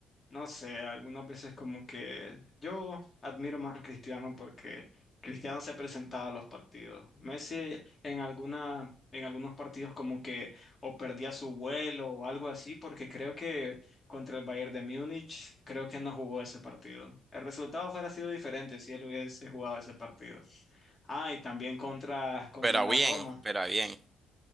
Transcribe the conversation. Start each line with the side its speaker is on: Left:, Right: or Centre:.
Left: No sé, algunas veces como que yo admiro más a Cristiano porque Cristiano se presentaba a los partidos. Messi en alguna, en algunos partidos como que o perdía su vuelo o algo así porque creo que contra el Bayern de Múnich creo que no jugó ese partido. El resultado fuera sido diferente si él hubiese jugado ese partido. Ah, y también contra, contra
Right: Pero
Left: la
Right: bien,
Left: Roma.
Right: pero bien,